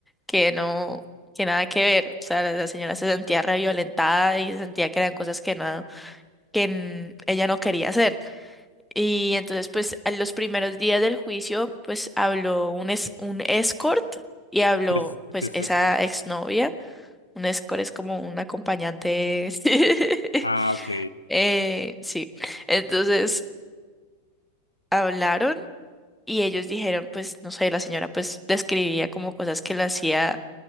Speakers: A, in the centre; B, on the left.
A: que no, que nada que ver. O sea, la, la señora se sentía re violentada y sentía que eran cosas que no, que n- ella no quería hacer. Y entonces pues a los primeros días del juicio pues habló un, es, un escort y habló
B: es,
A: pues
B: qué es
A: esa
B: escort?
A: exnovia. Un escort es como un acompañante. <laughs>
B: Ah, ok.
A: Eh, sí. Entonces hablaron y ellos dijeron, pues, no sé, la señora pues describía como cosas que le hacía,